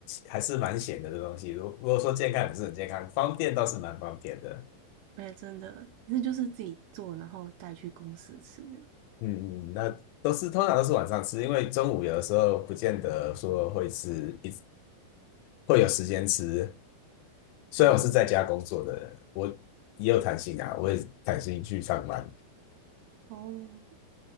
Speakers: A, on the left; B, on the right.
A: 还是蛮咸的这东西。如如果说健康也不是很健康，方便倒是蛮方便的。
B: 诶，真的，那就是自己做，然后带去公司吃的。
A: 嗯嗯，嗯那都是通常都是晚上吃，因为中午有的时候不见得说会吃，一会有时间吃。虽然我是在家工作的人，
B: 哦
A: 我也有弹性啊，我也弹性去上班。
B: 哦，